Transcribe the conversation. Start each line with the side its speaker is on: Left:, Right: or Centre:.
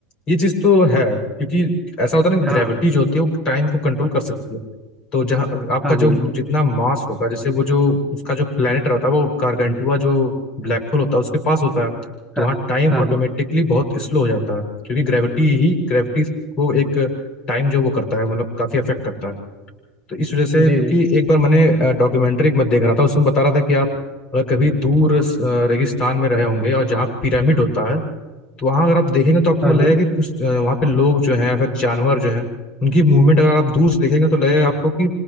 Left: ये चीज तो है क्योंकि ऐसा होता है ना कि ग्रेविटी
Centre: हाँ
Left: जो होती है वो टाइम को कंट्रोल कर सकती है तो जहाँ आपका
Centre: हाँ हाँ
Left: जो
Centre: बिल्कुल
Left: जितना मास होगा जैसे वो जो उसका जो प्लेनेट रहता है वो गारगेंटुआ जो ब्लैक होल होता है उसके पास होता है तो
Centre: हाँ
Left: वहाँ
Centre: हाँ
Left: टाइम
Centre: हाँ
Left: ऑटोमेटिकली
Centre: हाँ
Left: बहुत स्लो हो जाता है क्योंकि ग्रेविटी ही ग्रेविटी को एक टाइम जो वो करता है मतलब काफी अफेक्ट करता है तो इस वजह से
Centre: जी
Left: क्योंकि
Centre: जी
Left: एक बार मैंने डॉक्यूमेंट्री एक मत देख रहा था उसमें बता रहा था कि आप अगर कभी दूर अ, रेगिस्तान में रहे होंगे और जहाँ पिरामिड होता है तो वहाँ अगर आप देखेंगे तो आपको
Centre: हाँ
Left: लगेगा
Centre: हाँ
Left: कि कुछ अ, वहाँ पे लोग जो हैं या फिर जानवर जो हैं उनकी मूवमेंट अगर आप दूर से देखेंगे तो लगेगा आपको कि